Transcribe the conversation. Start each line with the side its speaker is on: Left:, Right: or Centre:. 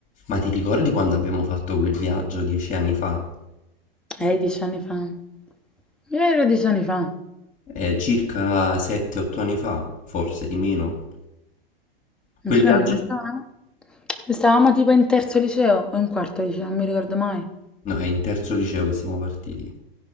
Left: Ma ti ricordi quando abbiamo fatto quel viaggio dieci anni fa?
Centre: Eh, dieci anni fa. Io ero dieci anni fa.
Left: Eh, circa 7-8 anni fa, forse di meno.
Centre: Non
Left: Quel
Centre: so,
Left: viaggio...
Centre: ne stavamo. ne Stavamo tipo in terzo liceo o in quarto liceo, non mi ricordo mai.
Left: No, è in terzo liceo che siamo partiti.